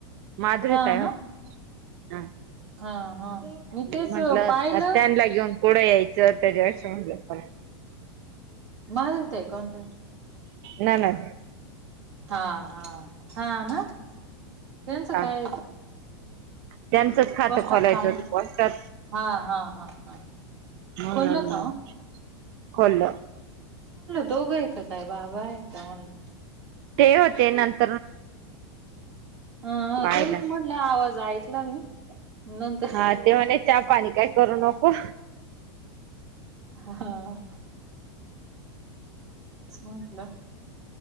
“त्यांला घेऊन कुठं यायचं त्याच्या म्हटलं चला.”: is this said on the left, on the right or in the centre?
Right